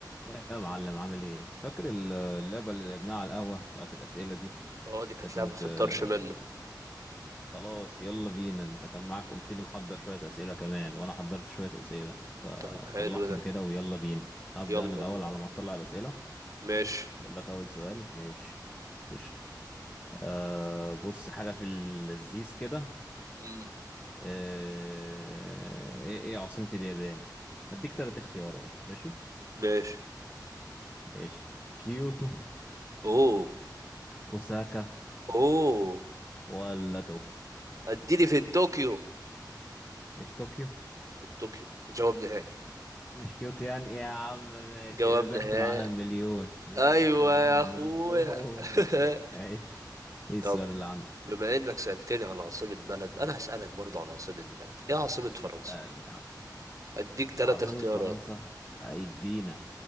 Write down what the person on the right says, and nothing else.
اه دي كانت
لعبة في
الطرش منه
طب حلو ده
يلا
بينا
ماشي
مم.
ماشي
اوه
اوه
اديني في الطوكيو
الطوكيو جواب نهائي
جواب
نهائي
ايوه
يا
اخويا <laughs>
طب
بما انك سألتني عن عاصمة بلد انا هسألك برضو عن عاصمة بلد ايه عاصمة
فرنسا
اديك ثلاث
اختيارات